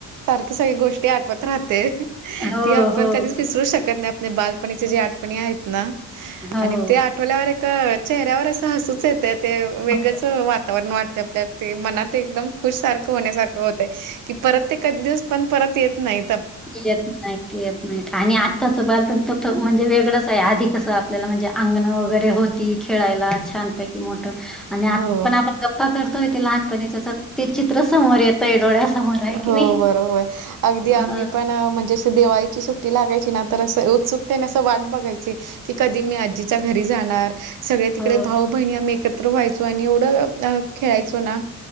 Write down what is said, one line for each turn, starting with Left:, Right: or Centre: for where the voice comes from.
Right: सग गोष्टी आठवत राहते
Centre: हो,
Right: ती आपण
Centre: हो,
Right: कधीच विसरू शकत नाही बालपणीचे जे आठपणी आहेत ना
Centre: हो.
Right: आणि ते आठ आठोल्यावर एक चेहऱ्यावर असं हसूच येते ते वेगळंच
Centre: हो,
Right: वातावरण वाढते आपल्यात ते मनात एकदम खुश सारखं होण्यासारखं होतय की परत ते कधी दिवस पण परत येत नाही
Centre: ये नाही येत नाही आणि आत्ताचं बालपण तर म्हणजे वेगळंच आहे आधी कसं आपल्याला म्हणजे अंगण वगैरे होत ती खेळायला छानपैकी मोठं आणि आता
Right: हो
Centre: पण आपण गप्पा करतोय ते लहानपणी त्या ते चित्र समोर येतंय डोळ्यासमोर आहे की
Right: हो
Centre: नाही.
Right: बरोबर अगदी
Centre: हां,
Right: आम्ही पण म्हणजे दि देवाळीची सुट्टी लागायची ना तर असं उत्सुकतेने असं वाट बघायची की कधी मी आजीच्या घरी जाणार सगळे तिकडे
Centre: हो,
Right: भाऊ बहिणी आम्ही एकत्र व्हायचो आणि एवढं खेळायचो ना